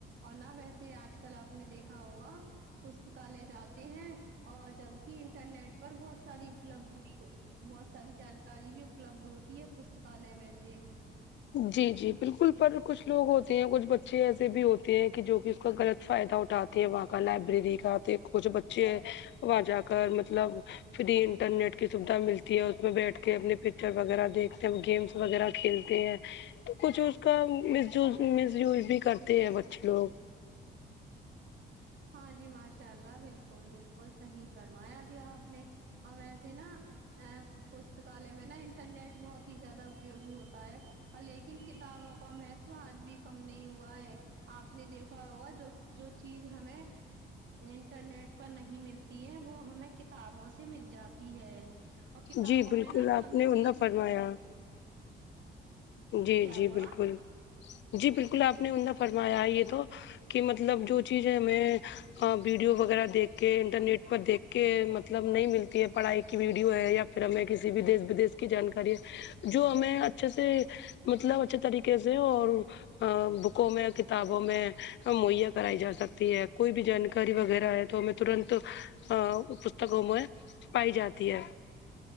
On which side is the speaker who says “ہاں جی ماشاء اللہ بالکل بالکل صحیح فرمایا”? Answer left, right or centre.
Right